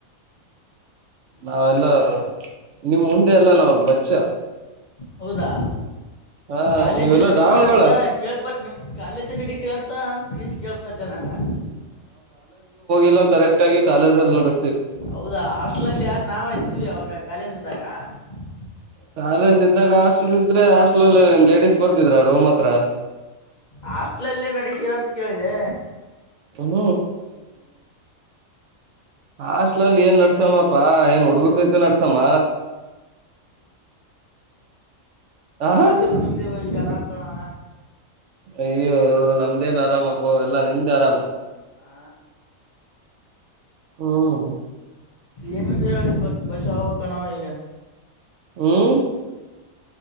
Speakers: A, on the right; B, on the left.
A: ನಾವೆಲ್ಲ ನಿಮ್ ಮುಂದೆ ಎಲ್ಲಾ ನಾವ್ ಬಚ್ಚ
B: ಹೌದಾ
A: ಹಾ
B: ಕಾಲೇಜು
A: ನೀವೆಲ್ಲಾ
B: ನಡಸೀರಂತ
A: ಡಾನ್ಗಳ
B: ಕೇಳ್ಪಟ್ಟ ನಿಮ್ಮ್ ಕಾಲೇಜನ ಡಿಸಿ್ರರಿ ಅಂತ ಅಂತ ಕೇಳ್ತಟ್ಟೆ ನಾನು
A: ಇಲ್ಲ ಕರೆಕ್ಟ್ ಆಗ ಕಾಲೇ ಅಲ್ಲಿ ನೋಡ
B: ಹೌದಾ ಹಾಸ್ಟೆಲ್ಲ್ಲಿ ಯಾರ ನಾವ ಇದ್ವಿ ಅವಾಗ ಕಾಲೇಜ್್ದಾಗ ಹ್ಮ
A: ಕೆ ಸಿದ್ಧ ಕಷ್ಟ ಇದ್ರೆ ಹಾಸ್ಟಲಲ್ಲಿ ಲೇಡಿಸಸ್ ಬರ್ತಿದ್ರ ರೂಮ್ ಹತ್ರ
B: ಹಾಸ್ಲಲ್ಲೇ ನಡಸೀರ ಅಂತ ಕೇಳಿದೆೆ
A: ಹ್ಮ್ ಹಾಸ್ಟ್ಲಲ್ಲಿ ಏನ್ ನಡ್ಸಮ್ಮಪ್ಪಾ ಏನ್ ಹುಡುಗರ್ಸತ ನಡ್ಸಮ್ಮ
B: ಏನ್
A: ಹ
B: ಮಾಡಿದ್ರು ನಿಮ್ದೇವ ಈಗ ಆರಾಮ ಕುಕಳಣ
A: ಅಯ್ಯ ನಮ್ದೇನ್ ಆರಾಮಪ್ಪ ಎಲ್ಲಾ ನಿಮ್ದ್ ಆರಾಮ
B: ಆ
A: ಹ್ಮ್
B: ಏನಂದ್ರ ಹೇಳ ಈ ಬಷ ಹೋಗಕ ನಾವ ಈಗ
A: ಹ್ಮ್